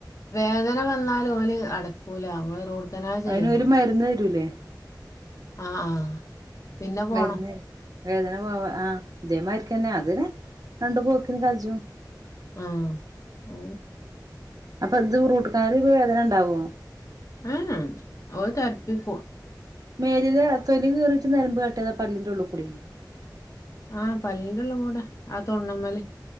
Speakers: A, on the left (about 45°); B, on the right (about 50°).
A: വേദന വന്നാല് ഓല് അടക്കൂല റൂട്ട് കനാൽ ചെയ്യണ്ടേ
B: അതിനൊ മരുന്ന് തരൂലേ
A: ആ ആ പിന്നെ പോണം
B: മരുന്ന് വേദന പോവാ ആ ദേമാരിക്കാന്നെ അത് നെ രണ്ട് പോക്കിന് കജും
A: ആ ഓ
B: അപ്പ ഇത് റൂട്ട് കനാല് ഇപ്പ വേദന ഇണ്ടാവോ
A: ആ ഓള് <unintelligible>
B: മേലില് തൊലി കീറിട്ട് നരമ്പ് ക ഇട്ട ഏതാ പല്ലിന്റെ ഉള്ള്കൂടി
A: ആ പല്ലിന്റെള്ള് കൂടെ ആ തൊണ്ണ് മ്മല്